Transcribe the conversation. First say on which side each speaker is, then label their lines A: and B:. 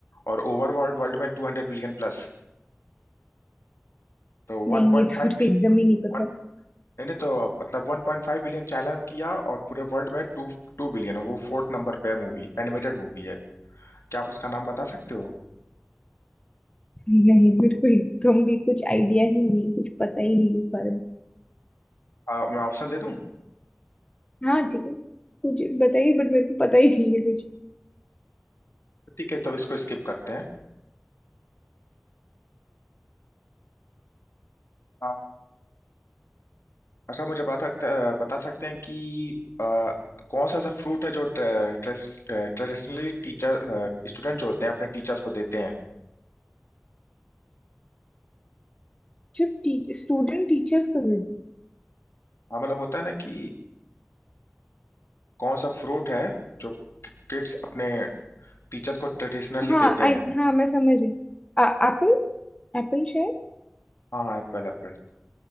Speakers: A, on the left; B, on the left.
A: और ओवर वर्ल्ड वर्ल्ड में 200 बिलियन प्लस तो
B: नहीं
A: 1.5
B: ये तो मेरे को
A: billion
B: एकदम ही नहीं पता
A: One नहीं नहीं, तो मतलब 1.5 billion China में किया और पूरे वर्ल्ड में टू टू बिलियन वो फोर्थ नंबर पे है मूवी एनिमेटेड मूवी है क्या आप उसका नाम बता सकते हो
B: नहीं मेरे को एकदम भी कुछ आइडिया ही नहीं कुछ पता ही नहीं इस बारे में
A: आ, मैं ऑप्शन दे
B: हाँ ठीक है कुछ बताइए बट मेरे को पता ही नहीं है कुछ
A: ठीक है तो अब इसको स्किप करते हैं आ, अच्छा मुझे बता सकते बता सकते हैं कि आ, कौन सा ऐसा फ्रूट है जो ट्रेडिशनली टीचर स्टूडेंट जो होते हैं अपने टीचर्स को देते हैं
B: जो टी, स्टूडेंट टीचर्स का
A: हाँ मतलब होता है ना कि कौन सा फ्रूट है जो किड्स अपने टीचर्स को ट्रेडिशनली
B: हाँ
A: देते हैं
B: आई हाँ मैं समझ रही हूँ। एप्पल एप्पल शायद
A: हाँ एप्पल एप्पल